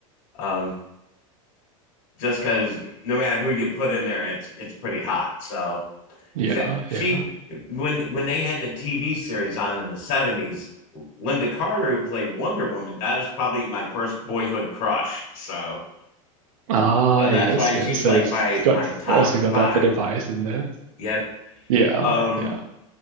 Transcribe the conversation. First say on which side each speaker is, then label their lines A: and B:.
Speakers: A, on the left; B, on the right.
A: Um just because no matter who you put in there, it's it's pretty hot. So
B: Yeah.
A: she
B: Yeah.
A: when when they had the TV series on in the seventies, Linda Carter, who played Wonder Woman, that was probably my first boyhood crush. So,
B: Ah.
A: so that's
B: Yes.
A: why
B: Yes.
A: she's
B: So
A: like
B: it's
A: my
B: got
A: my top
B: also got
A: five.
B: that bit of bias in there.
A: Yep.
B: Yeah.
A: Um,
B: Yeah.